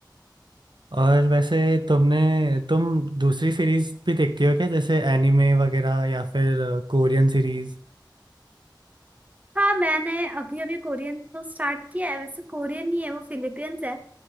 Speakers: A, on the right; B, on the right.
A: और वैसे तुमने तुम दूसरी सीरीज भी देखती हो क्या जैसे एनिमे वगैरह या फिर कोरियन सीरीज
B: हाँ मैंने अभी अभी कोरियन तो स्टार्ट किया है वैसे कोरियन ही है वो फिलीपींस है